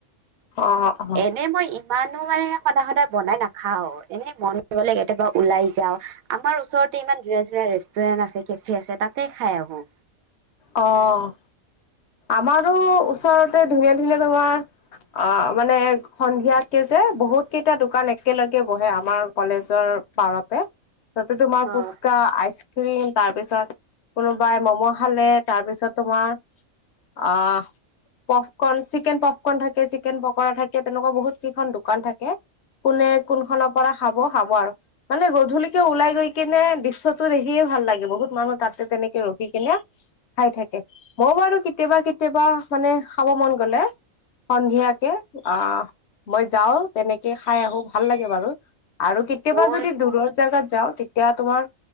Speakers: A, on the left; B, on the right.
A: অ অ
B: এনে মই মানুহ মানে সদায় সদায় বনাই নাখাওঁ এনেই মন গ'লে কেতিয়াবা ওলাই যাও। আমাৰ ওচৰতে ইমান ধুনীয়া ধুনীয়া ৰেষ্টুৰেণ্ট আছে কেফে আছে তাতে খাই আহোঁ।
A: অ', আমাৰো ওচৰতে ধুনীয়া ধুনীয়া তোমাৰ আ, মানে সন্ধিয়াকে যে বহুত কেইটা দোকান একেলগে বহে। আমাৰ কলেজৰ পাৰতে তাতে তোমাৰ
B: উম
A: ফুচকা আইচক্ৰীম তাৰ পিছত কোনোবাই ম'ম' খালে। তাৰপিছত তোমাৰ আহ পফকণ, চিকেন পফকন থাকে, চিকেন পকৰা থাকে। তেনেকুৱা বহুত কেইখন দোকান থাকে। কোনে কোনখনৰ পৰা খাব খাব আৰু। মানে গধূলিকে ওলাই গৈ কিনে দৃশ্যটো দেখিয়ে ভাল লাগে বহুত মানুহ তাতে তেনেকে ৰখি কিনে খাই থাকে। মই বাৰু কেতিয়াবা কেতিয়াবা মানে খাব মন গ'লে সন্ধিয়াকে আ। মই যাওঁ তেনেকে খাই আহোঁ ভাল লাগে বাৰু আৰু কেতিয়াবা
B: মোৰ
A: যদি দূৰৰ জাগাত যাওঁ এতিয়া তোমাৰ